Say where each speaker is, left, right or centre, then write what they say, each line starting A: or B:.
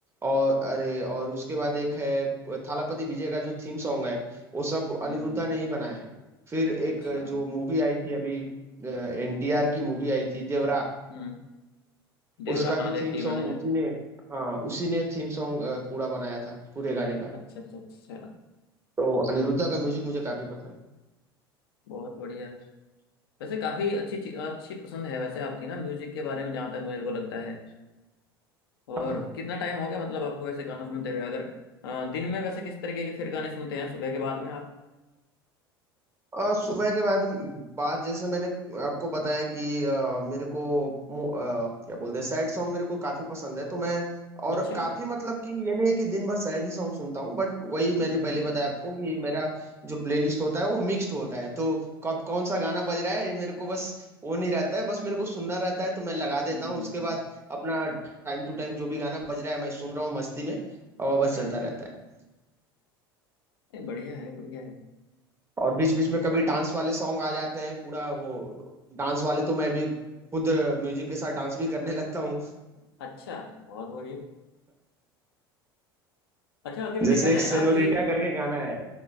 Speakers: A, on the right; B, on the left.
A: और अरे और उसके बाद एक है थालापति विजय का जो थीम सॉन्ग है वो सब अनिरुद्धा
B: हम्म हम्म
A: ने ही बनाए हैं फिर एक
B: अच्छा
A: जो मूवी आई थी अभी एनटीआर की मूवी आई थी देवरा
B: हम्म देवरा
A: उसका
B: हाँ
A: भी
B: देखिए
A: थीम
B: मैंने
A: सॉन्ग
B: देख-
A: उसी ने हाँ उसी ने थीम सॉन्ग पूरा बनाया था पूरे गाने का
B: अच्छा अच्छा अच्छा
A: तो अनिरुद्धा
B: ठीक
A: का म्यूजिक
B: है ठीक
A: मुझे काफी
B: है
A: पसंद
B: बहुत बढ़िया वैसे काफी अच्छी चीज अच्छी पसंद है वैसे आपकी ना म्यूजिक के बारे में जहाँ तक मेरे को लगता है और
A: है
B: कितना टाइम हो गया मतलब आपको वैसे गाना सुनते हुए अगर अ, दिन में वैसे किस तरीके के फिर गाने सुनते हैं सुबह के बाद में आप
A: आ, सुबह के बाद बाद जैसे मैंने आपको बताया कि आ, मेरे को मो- आ, क्या बोलते हैं सैड सॉन्ग मेरे को काफी पसंद है तो मैं और
B: अच्छा
A: काफी मतलब कि ये नहीं है कि दिन भर सैड ही सॉन्ग सुनता हूँ बट वही
B: हम्म
A: मैंने
B: हम्म
A: पहले बताया आपको कि मेरा जो प्लेलिस्ट होता है वो मिक्स्ड होता है तो कब कौन सा गाना बज रहा है ये मेरे को बस वो नहीं रहता है बस मेरे को सुनना रहता है तो मैं लगा
B: हम्म
A: देता हूँ उसके
B: हम्म
A: बाद अपना टाइम टू टाइम जो भी गाना बज रहा है मैं सुन रहा हूँ मस्ती में और बस
B: हम्म,
A: चलता रहता है
B: नहीं, बढ़िया है बढ़िया है
A: और बीच बीच में कभी डांस वाले सॉन्ग आ जाते हैं पूरा वो डांस वाले तो मैं भी खुद म्यूजिक के साथ डांस भी करने लगता हूँ
B: अच्छा बहुत बढ़िया अच्छा अगर
A: जैसे
B: देखा जाए
A: एक सेनोरिटा
B: ना अभी
A: करके गाना है